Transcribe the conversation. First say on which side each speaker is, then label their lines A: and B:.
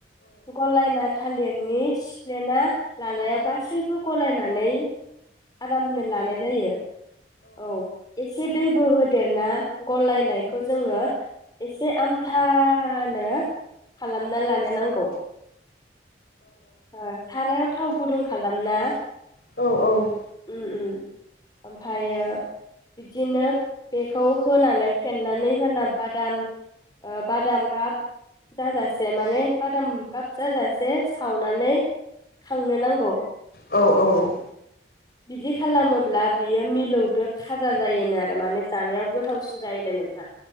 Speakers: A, on the left; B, on the left.
A: गलायना थालिरनि सिफ्लेना लानायाव गासैबो गलायनानै आरामनो लानाय जायो औ एसे दैबो हो देरना गलायनायखौ जोङो एसे आमथा नो खालामना लानो नांगौ। ओ सारायाव थाव गुदुं खालामना
B: औ औ
A: ओम ओम ओमफायो बिदिनो बेखौ होनानै फेन्नानै होना बादाम ओ बादाम गाब जाजासे माने बादाम गाब जाजासे खावनानै खांनो नांगौ।
B: औ औ
A: बिदि खालामोब्ला बियो मिलौदो खाजा जायोनो आरो माने जानायाव गोथावसिन जायोनो नोंथां।